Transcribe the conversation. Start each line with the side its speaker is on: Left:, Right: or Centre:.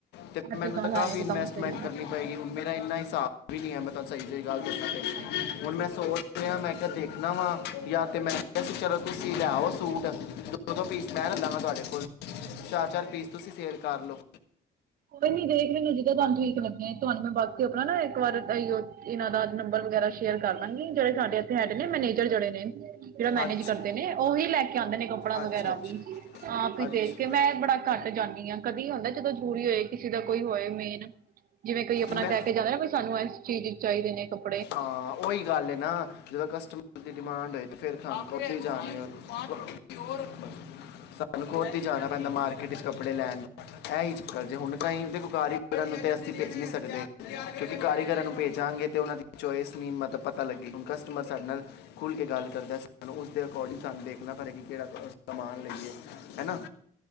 Left: ਤੇ
Right: ਇਹ
Left: ਮੈਨੂੰ
Right: ਗੱਲ
Left: ਤਾ
Right: ਹੈ
Left: ਕਾਫ਼ੀ
Right: ਇੱਕਦਮ
Left: ਇਨਵੈਸਟਮੈਂਟ
Right: ਸਹੀ
Left: ਕਰਨੀ ਪਏਗੀ ਹੁਨ ਮੇਰਾ ਇੰਨਾ ਹਿਸਾਬ ਵੀ ਨੀ ਹੈ, ਮੈਂ ਤੂਆਨੂੰ ਸਈ-ਸਈ ਗਾੱਲ ਦੱਸਾਂ।
Right: ਹਨ
Left: ਹੁਣ ਮੈਂ ਸੋਚ ਰੇਆਂ, ਮੈਂ ਕੈਆ ਦੇਖਨਾ ਵਾਂ ਯਾ ਤੇ ਮੈਂ ਕੇਆ ਸੀ ਚਲੋ ਤੂਸੀ ਲੈ ਆਓ ਸੂਟ ਦੋ-ਦੋ ਪੀਸ ਮੈਂ ਲੈ ਲਾਂਗਾ ਤੂਆਡੇ ਕੋਲ, ਚਾਰ-ਚਾਰ ਪੀਸ ਤੂਸੀ ਸੇਲ ਕਾਰ ਲੋ।
Right: ਕੋਈ ਨੀ ਦੇਖ ਲੇਦੇ, ਜਿੱਦਾਂ ਤੁਹਾਨੂੰ ਠੀਕ ਲੱਗੇ। ਤੁਹਾਨੂੰ ਮੈਂ ਬਾਕੀ ਆਪਣਾ ਨਾ ਇੱਕ ਵਾਰ ਅਇਔ ਇਹਨਾਂ ਦਾ ਨੰਬਰ ਵਗੈਰਾ ਸ਼ੇਅਰ ਕਰ ਦਾਂਗੀ ਜਿਹੜੇ ਸਾਡੇ ਇੱਥੇ ਹੈਡੇ ਨੇ ਮੈਨੇਜਰ ਜਿਹੜੇ ਨੇ ਜਿਹੜਾ ਮੈਨੇਜ
Left: ਅੱਛਾ
Right: ਕਰਦੇ ਨੇ ਉਹੀ ਲੈ ਕੇ ਆਉਂਦੇ ਨੇ ਕੱਪੜਾ
Left: ਅੱਛਾ
Right: ਵਗੈਰਾ
Left: ਅੱਛਾ
Right: ਵੀ ਆਪ
Left: ਅੱਛਾ
Right: ਦੇਖ ਕੇ ਮੈਂ ਬੜਾ ਘੱਟ ਜਾਂਦੀ ਆ ਕਦੀ ਹੁੰਦਾ ਜਦੋਂ ਜ਼ਰੂਰੀ ਹੋਏ ਕਿਸੇ ਦਾ ਕੋਈ ਹੋਏ ਮੇਨ ਜਿਵੇਂ ਕੋਈ ਆਪਣਾ
Left: ਮੈਂ
Right: ਕਹਿ ਕੇ ਜਾਂਦੇ ਨਾ ਸਾਨੂੰ ਇਸ ਚੀਜ਼ ਚਾਹੀਦੇ ਨੇ ਕੱਪੜ
Left: ਹਾਂ ਉਹੀ ਗੱਲ ਨਾ ਜਦੋਂ ਕਸਟਮਰ ਦੀ ਡਿਮਾਂਡ ਹੋਏ ਤੇ ਫਰ ਖਣਕ ਉਥੇ ਜਾ ਹੋ ਹੋਰ, ਸਾਨੂੰ ਖੁਦ ਈ ਜਾਣਾ ਪੈਂਦਾ ਮਾਰਕੀਟ 'ਚ ਕੱਪੜੇ ਲੈਣ। ਐ ਈ ਚੱਕਰ ਜੇ ਹੁਣ ਤਾਂਈਓ ਕੁੁਕਾਰੀ ਨੂੰ ਤੇ ਅਸੀਂ ਭੇਜ ਨਹੀਂ ਸਕਦੇ। ਕਿਉਂਕਿ, ਕਾਰੀਗਰਾਂ ਨੂੰ ਭੇਜਾਂਗੇ ਤੇ ਉਨ੍ਹਾਂ ਦੀ ਚੋਇਸ ਨੀ ਮਤਬ ਪਤਾ ਲੱਗੇ, ਹੁਣ ਕਸਟਮਰ ਸਾਡੇ ਨਾਲ ਖੁੱਲ੍ਹ ਕੇ ਗੱਲ ਕਰਦਾ। ਸਾਨੂੰ ਉਸਦੇ ਅਕੋਡਿੰਗ ਸਾਨੂੰ ਦੇਖਣਾ ਪੜੇ ਕਿ ਕਿਹੜਾ ਸਮਾਨ ਲਈਏ ਹੈਨਾ